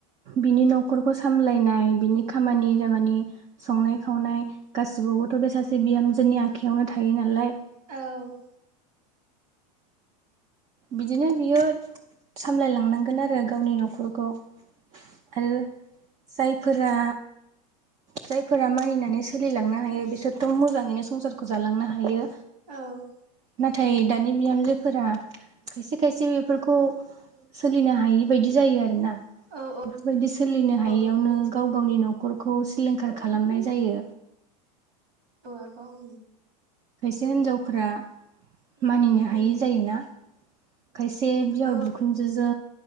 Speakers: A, on the right; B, on the right.
A: बिनि नाव न'खरखौ सामलायनाय बिनि खामानि दामानि संनाय खावनाय गासिबावबोथ' बेसाद जे बिहामजोनि आखायावनो थायो नालाय
B: औ
A: बिदिनो बियो सामलायलांनांगोन आरो गावनि न'खरखौ ओ जायफोरा जायफोरा मानिनानै सोलिलांनो हायो बिसोरथ' मोजाङैनो संसारखौ जालांनो हायो
B: औ
A: नाथाय दानि बिहामजोफोरा खायसे खायसे बेफोरखौ सोलिनो हायि बायदि जायो आरोना
B: औ
A: बेफोरबायदि सोलिनो
B: औ
A: हायियावनो
B: नोंथि
A: गाव गावनि न'खरखौ सिलिंखार खालामनाय जायो
B: ओ आब' ओं
A: खायसे हिनजावफोरा
B: उम
A: मानिनो
B: उम
A: हायि जायोना खायसे बिहाव
B: औ
A: बिखुनजोजों